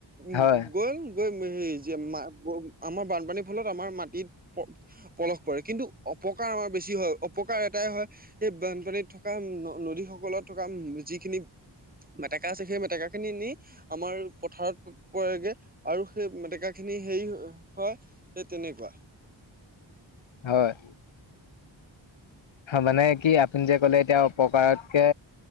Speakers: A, on the right (about 20°); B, on the left (about 80°).
A: উ
B: হয়,
A: <unintelligible> <unintelligible> মে জীয়া মা ব আমাৰ বানপানীৰ ফলত আমাৰ মাটিত প-পলস পৰে। কিন্তু অপ অপকাৰ আমাৰ বেছি হয়। অপকাৰ এটাই হয় সেই বানপানীত থকা ন-নদীস কলত থকা যিখিনি মেটেকা আছে, সেই মেটেকা খিনি নি আমাৰ পথাৰত প-পৰেগে। আৰু সেই মেটেকাখিনি খিনি হেৰি হয়। সেই তেনেকুৱা।
B: হয়। মানে কি আপুনি যে ক'লে এতিয়া অপকাৰতকে